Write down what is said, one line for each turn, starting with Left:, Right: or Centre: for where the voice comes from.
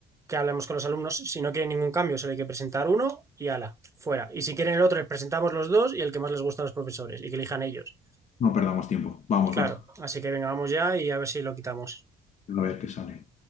Right: que hablemos con los alumnos, si no quieren ningún cambio, solo hay que presentar uno y ala, fuera. Y si quieren el otro, les presentamos los dos y el que más les gusta a los profesores y que elijan ellos.
Left: No perdamos tiempo. Vamos,
Right: Claro,
Left: va.
Right: así que venga, vamos ya y a ver si lo quitamos.
Left: A ver qué sale.